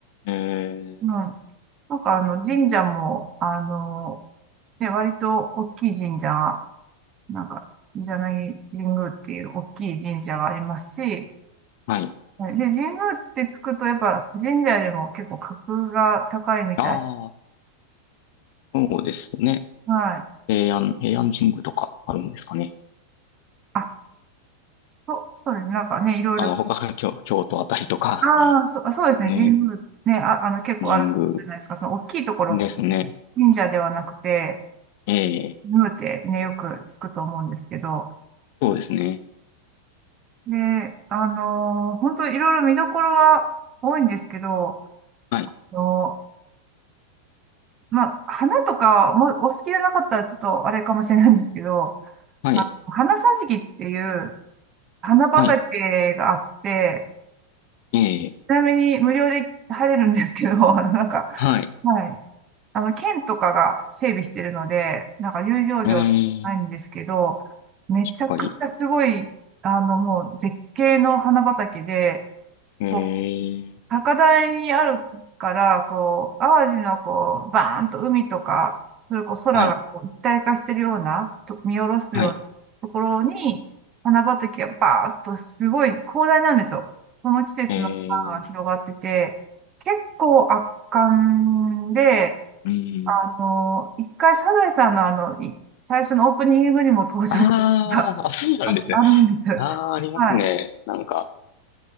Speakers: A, on the left; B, on the right.
A: ー、え
B: うん、
A: ー、
B: なんかあの、神社も、あの、ね、割と大きい神社が、なんか、伊邪那木神宮っていう大きい神社がありますし、で、
A: はい。
B: 神宮ってつくと、やっぱ神社よりも結構格が高いみたい。
A: ああ、そうですね。
B: はい。
A: 平安、平安神宮とかあるんですかね。
B: あ、そう、そうです。なんかね、いろいろ。
A: あの、他、京、京都あたりとか、
B: ああ、そ、そうですね。
A: ね、
B: 神宮ね、あ、あの、結構あるじゃないですか。
A: 神宮
B: その大きいところ、
A: ですね。
B: 神社ではなくて、
A: ええ
B: 神宮ってね、よくつくと思うんですけど。
A: そうですね。
B: で、あの本当いろいろ見どころは多いんですけど、
A: はい。
B: あのまあ、花とかもお好きじゃなかったらちょっとあれかもしれないんですけど、
A: はい。
B: あ、花桟敷っていう花畑があって、
A: はい。ええ。
B: ちなみに無料で入れるんですけど、<laughs> あのなんか、
A: はい。
B: はい。あの、県とかが整備してるので、なんか入場料ないんですけど、
A: ええ。
B: めちゃくちゃすごい、
A: しっかり。
B: あの、もう絶景の花畑で、
A: ええ。
B: こう、高台にあるから、こう、淡路のこう、バーンと海とか、それこそ空がこう一体化してるような、
A: はい。
B: と見下ろすようなところに、
A: はい。
B: 花畑がバーっとすごい広大なんですよ。その季節の花が広がってて、
A: ええ。
B: 結構圧巻で、
A: うん。
B: あの、一回、サザエさんのあの、い最初のオープニングにも登場したことが
A: ああ、あ、そうなんですね。
B: あ、あるんです。
A: ああ、ありますね。
B: はい。
A: なんか、